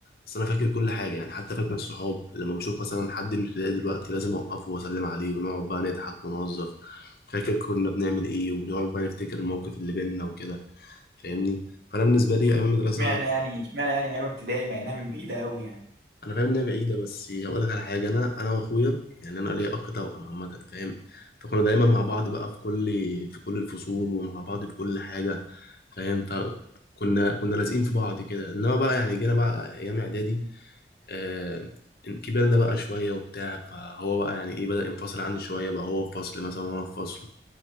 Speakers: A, on the left; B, on the right.
A: بس انا فاكر كل حاجه يعني حتى فاكر الصحاب لما بشوف مثلا حد من ابتدائي دلوقتي لازم اوقفه واسلم عليه ونقعد بقى نضحك ونهزر فاكر كنا بنعمل ايه ونقعد بقى نفتكر المواقف اللي بينا وكده فاهمني فانا بالنسبه لي ايام المدرسه
B: اشمعنى يعني اشمعنى يعني ايام ابتدائي مع انها من بعيدة قوي يعني
A: انا فاهم انها بعيده بس هقول لك على حاجه انا انا واخويا يعني انا ليا اخ توأم عامه فاهم فكنا دايما مع بعض بقى في كل في كل الفصول ومع بعض في كل حاجه فاهم فكنا كنا لازقين في بعض كده انما بقى يعني جينا بقى ايام اعدادي آه كبرنا بقى شويه وبتاع فهو بقى يعني ايه بدأ ينفصل عني شويه بقى هو في فصل مثلا وانا في فصل